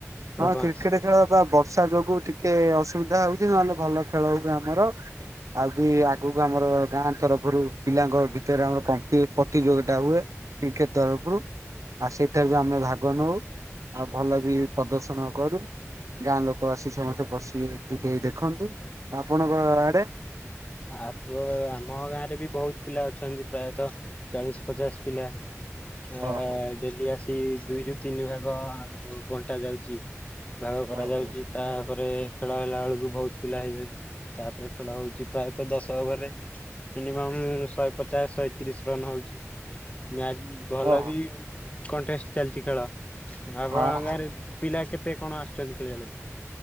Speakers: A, on the left; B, on the right.
A: ପରଫମାନ୍ସ?
B: ହଁ କ୍ରିକେଟ୍ ଖେଳ ବା ବର୍ଷା ଯୋଗୁ ଟିକେ ଅସୁବିଧା ଆଉ। କି ନହେଲେ ଭଲ ଖେଳ ହଉ ଆମର ଆଉ ବି ଆଗକୁ ଆମର--ଗାଁ ଗାଁ ତରଫରୁ ପିଲାଙ୍କ ଭିତରେ ଆମର କମ୍ପି ପ୍ରତିଯୋଗିତା ହୁଏ କ୍ରିକେଟ୍ ତରଫରୁ। ଆଉ ସେଇଠାରେ ବି ଆମେ ଭାଗ ନଉ ଆଉ ଭଲ ବି ପ୍ରଦର୍ଶନ କରୁ ଗାଁ ଲୋକ ଆସି ସମସ୍ତେ ବସ ଟିକେ ଟିକେ ଦେଖନ୍ତୁ ଆପଣଙ୍କ ଆଡ଼େ।
A: ଆପ୍ର ଆମ ଗାଁରେ ବି ବହୁତ୍ ପିଲା ଅଛନ୍ତି ପ୍ରାୟତଃ ଚାଳିଶ ପଚାଶ ପିଲା। <unintelligible>
B: ହଁ ହଁ
A: ଡେଲି ଆସିକି ଦୁଇରୁୁ ତିନି ଭାଗ ବଣ୍ଟା ଯାଉଚି। ଆଉ
B: ହଁ
A: ଭାରା ଯାଉଚି
B: ହଉ
A: ତାପରେ ଖେଳ ହେଲାବେଳକୁ ବହୁତ୍ ପିଲା ହେଇଯାଉଛନ୍ତି ତାପରେ ଖେଳ ହେଉଚି। ପ୍ରାୟତଃ ଦଶ ଓଭରରେ ମିନିମମ୍ ଶହେ ପଚାଶ ଶହେ ତିରିଶ ରନ୍ ହଉଛି। ମ୍ୟାଚ୍ ଭଲ
B: ଓ ହୋ
A: ବି କଣ୍ଟେଷ୍ଟ ଚାଲିଛି ଖେଳ ଆପଣ
B: ହଁ ହଁ।
A: ଗାଁରେ ପିଲା କେତେ କଣ ଆସୁଛନ୍ତି ଖେଳିିବାଲାଗି?